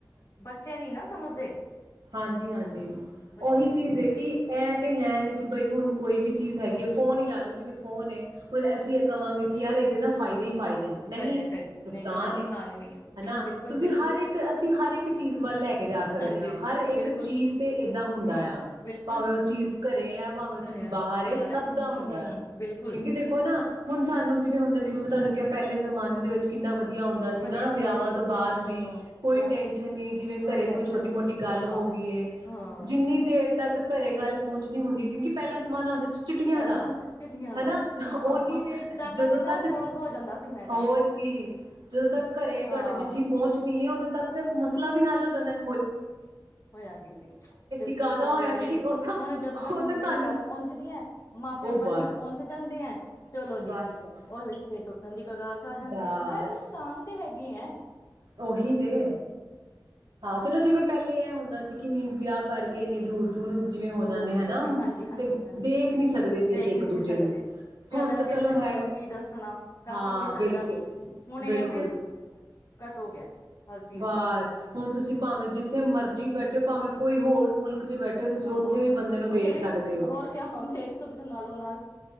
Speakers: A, on the left (about 50°); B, on the right (about 80°).
A: ਬੱਚਿਆਂ ਨੀ ਨਾ ਸਮਝਦੇ
B: ਹਾਂਜੀ ਹਾਂਜੀ
A: ਬੱਚੇ
B: ਉਹੀ
A: ਨੀ
B: ਚੀਜ਼
A: ਸਮਝਦੇ
B: ਹੈ ਕਿ ਇਹ ਤੇ ਹੈ ਨੀ ਕਿ ਬਈ ਹੁਣ ਕੋਈ ਵੀ ਚੀਜ਼
A: ਹਮ
B: ਹੈਗੀ ਹੈ ਫੋਨ ਹੀ ਲਾ ਲਓ ਜਿਵੇਂ ਫੋਨ ਹੇ ਹੁਣ ਅਸੀਂ ਇਹ ਕਵਾਂਗੇ ਕਿ ਯਾਰ ਫਾਇਦੇ ਫਾਇਦੇ ਨਹੀਂ
A: ਫਾਇਦੇ ਫਾਇਦੇ
B: ਨੁਕਸਾਨ
A: ਨਹੀਂ ਇਹਦਾ
B: ਹ
A: ਵੀ ਹੈ
B: ਨਾ
A: ਬਿਲਕੁਲ
B: ਤੁਸੀਂ
A: ਬਿਲਕੁਲ
B: ਹਰ ਇੱਕ ਅਸੀਂ ਹਰ ਇੱਕ ਚੀਜ਼ ਵੱਲ ਲੈ ਕੇ ਜਾ ਸਕਦੇ
A: ਹਾਂਜੀ
B: ਹਾਂ ਇੱਕ
A: ਬਿਲਕੁਲ
B: ਚੀਜ਼ ਤੇ ਇਦਾਂ ਹੁੰਦਾ
A: ਹੂੰ
B: ਆ
A: ਬਿਲਕੁਲ
B: ਭਾਵੇਂ ਉਹ ਚੀਜ਼ ਘਰੇ ਆ ਭਾਵੇਂ ਉਹ
A: ਘਰਿਆ
B: ਚੀਜ਼ ਬਾਹਰ ਹ ਸਭ
A: ਹੈ
B: ਦਾ ਹੁੰਦਾ
A: ਹੂੰ
B: ਆ
A: ਬਿਲਕੁਲ
B: ਕਿਉਂਕਿ ਦੇਖੋ ਨਾ ਹੁਣ ਸਾਨੂੰ ਜਿਵੇਂ ਹੁੰਦਾ ਜਿਵੇਂ ਮੈਂ ਤੁਹਾਨੂੰ ਕਿਹਾ ਪਹਿਲੇ ਮਨ ਦੇ ਵਿੱਚ ਕਿੰਨਾ ਕਿਉਂ ਹੁੰਦਾ ਸੀ
A: ਵਧੀਆ
B: ਨਾ
A: ਹੁੰਦਾ
B: ਵਿਆਵਾਂ
A: ਸੀ
B: ਤੋਂ ਬਾਅਦ
A: ਹੂੰ
B: ਵੀ ਕੋਈ
A: ਵਿਆਹ
B: ਟੈਂਸ਼ਨ ਨਹੀਂ ਜਿਵੇਂ ਘਰੇ
A: ਟੈਨਸ਼ਨ
B: ਕੋਈ ਛੋਟੀ
A: ਨੀ
B: ਮੋਟੀ ਗੱਲ
A: ਹਾਂ
B: ਹੋ ਗਈ ਹ
A: ਹਾਂ
B: ਜਿੰਨੀ ਦੇਰ ਫਿਰ ਤੱਕ ਘਰੇ ਗੱਲ ਪਹੁੰਚ ਨਹੀਂ ਹੁੰਦੀ ਕਿਉਂਕਿ ਪਹਿਲਾਂ ਜਮਾਨਾ ਦੇ ਚ ਚਿੱਟੀਆਂ
A: ਪਹਿਲਾਂ
B: ਦਾ
A: ਚਿੱਠੀਆਂ
B: ਹੈਨਾ
A: ਦਾ ਹਾਂ
B: ਉਨੀ
A: ਹਾਂ
B: ਦੇ
A: ਜਦ
B: ਜਦੋਂ ਤੱਕ
A: ਤਾਂ ਸੋਲਵ ਹੋ ਜਾਂਦਾ ਸੀ ਮੈਟਰ
B: ਔਰ ਕੀ ਜਦੋਂ ਤੱਕ ਘਰੇ ਤੁਹਾਡੇ
A: ਹਾਂ
B: ਚਿੱਠੀ ਪਹੁੰਚਣੀ ਹ ਉਦੋਂ ਤੱਕ ਤੇ ਮਸਲਾ ਵੀ ਹੱਲ ਹੋ ਜਾਣਾ
A: ਓਏ ਆ ਗਈ ਸੀ ਮੇਰੇ
B: ਕਾਹਦਾ
A: ਕੋਲ ਕਿਉਂ
B: ਹੋਇਆ
A: ਲੈ ਰਹੇ ਸੀ
B: ਉਹ ਤਾਂ
A: ਹੁਣ ਜਦੋਂ ਤੱਕ
B: ਉਹ
A: ਮਿੰਟ
B: ਤਾਂ ਸਾਨੂੰ
A: ਚ ਗੱਲ ਪਹੁੰਚਦੀ ਹ ਮਾਂ ਪਿਓ
B: ਉਹ
A: ਪਹਿਲਾਂ
B: ਬਸ
A: ਹੀ ਪਹੁੰਚ ਜਾਂਦੇ ਆ ਚਲੋ ਜੀ
B: ਬਸ ਬਸ
A: ਉਹ ਰਿਸ਼ਤੇ ਟੁੱਟਣ ਦੀ ਕਗਾਰ ਚ ਆ ਜਾਂਦੇ
B: ਬਸ
A: ਨੁਕਸਾਨ ਤੇ ਗੀ ਐ
B: ਉਹੀ ਤੇ ਹਾਂ ਚਲੋ ਜਿਵੇਂ ਪਹਿਲੇ ਆ ਹੁੰਦਾ ਸੀ ਮੀਨ ਵਿਆਹ ਕਰਕੇ ਦੂਰ ਜਿਵੇਂ
A: ਦੂਰ
B: ਹੋ ਜਾਂਦੇ
A: ਦੂਰ ਹੁੰਦਾ
B: ਹਨਾ
A: ਸੀ ਹਾਂਜੀ ਹਾਂਜੀ
B: ਦੇਖ
A: ਤੇ
B: ਨੀ ਸਕਦੇ
A: ਦੇਖ
B: ਅਸੀਂ ਇੱਕ
A: ਨਹੀਂ ਸੀ
B: ਦੂਜੇ
A: ਸਕਦੇ
B: ਨੂੰ
A: ਤੇ
B: ਹੁਣ
A: ਅਗਲਾ
B: ਤਾਂ
A: ਕਹਿੰਦਾ ਕਿ
B: ਹੈਗਾ
A: ਚਲੋ ਕੀ ਦੱਸਣਾ ਘਰ
B: ਹਾਂ
A: ਤਾਂ ਕੋਈ ਸਕਦਾ
B: ਬਿਲਕੁਲ
A: ਨਹੀਂ ਹੁਣ ਇਹ
B: ਬਿਲਕੁਲ
A: ਆ ਵੀ ਹੋ ਗਿਆ ਹਰ ਚੀਜ਼
B: ਬਸ
A: ਦਾ
B: ਹੁਣ ਤੁਸੀਂ ਭਾਵੇਂ ਜਿੱਥੇ ਮਰਜ਼ੀ ਬੈਠੇ ਭਾਵੇਂ ਕੋਈ ਹੋਰ ਮੁਲਕ ਚ ਬੈਠੇ ਹੋ ਤੁਸੀਂ
A: ਹਮ
B: ਉੱਥੇ
A: ਹਮ
B: ਵੀ ਬੰਦੇ ਨੂੰ ਵੇਖ
A: ਉਥੇ
B: ਸਕਦੇ
A: ਵੀ
B: ਹੋ
A: ਹੋਰ ਕਿਆ ਹੁ ਦੇਖ ਸਕਦੇ ਨਾਲੋਂ ਨਾਲ